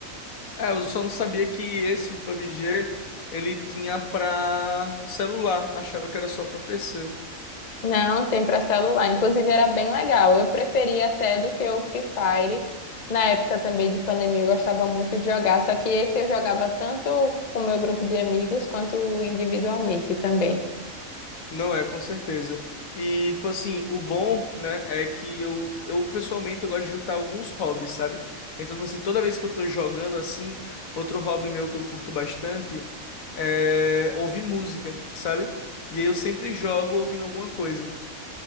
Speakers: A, on the left (about 85°); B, on the left (about 35°).
A: É, eu só não sabia que esse, o PUBG, ele tinha pra celular. Achava que era só pra PC.
B: Não, tem para celular. Inclusive era bem legal. Eu preferia até do que o Free Fire. Na época também de pandemia eu gostava muito de jogar, só que esse eu jogava tanto com o meu grupo de amigos quanto individualmente também.
A: Não é, com certeza. E, tipo assim, o bom, né, é que eu, eu pessoalmente, eu gosto de juntar alguns hobbies, sabe? Então, tipo assim, toda vez que eu tô jogando assim, outro hobby meu que eu curto bastante é ouvir música, sabe? E aí eu sempre jogo ouvindo alguma coisa.